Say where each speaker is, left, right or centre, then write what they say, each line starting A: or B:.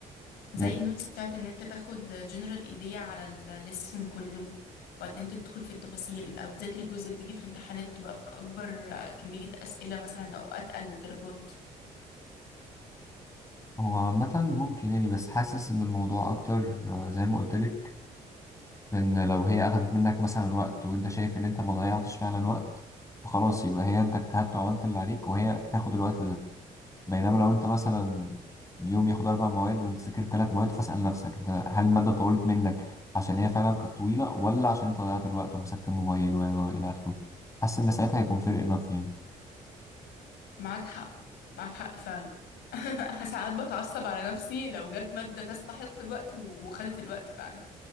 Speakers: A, on the left; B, on the left.
A: يعني
B: زي النوتس بتاعت ان انت تاخد جنرال ايديا على الليسون كله وبعدين تدخل في التفاصيل او تذاكر الجزء اللي بيجي في الامتحانات تبقى اكبر كمية اسئلة مثلا او اتقل درجات
A: هو عامه ممكن يعني بس حاسس ان الموضوع اكتر آه، زي ما قلت لك لأن لو هي أخدت منك مثلا وقت وأنت شايف إن أنت ما ضيعتش فعلا وقت فخلاص يبقى هي أنت اجتهدت وعملت اللي عليك وهي تاخد الوقت ده بينما لو أنت مثلا اليوم ياخد أربع مواد وأنت ذاكرت ثلاث مواد فاسأل نفسك ده هل المادة طولت منك عشان هي فعلا كانت طويلة ولا عشان أنت ضيعت الوقت ومسكت الموبايل و و إلى آخره حاسس إن ساعتها هيكون فرق نف يعني
B: معاك حق معاك حق فعلا <laughs> ساعات بتعصب على نفسي لو جت مادة تستحق الوقت و- وخدت الوقت فعلا